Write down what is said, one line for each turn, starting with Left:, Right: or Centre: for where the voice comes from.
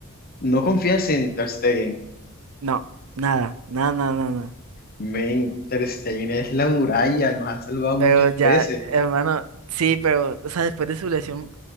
Left: No confías en Ter Stegen.
Right: No, nada, nada, nada, nada. nada.
Left: Men, Ter Stegen es la muralla, nos ha salvado
Right: Pero
Left: muchas
Right: ya,
Left: veces.
Right: hermano, sí, pero, o sea, después de su lesión,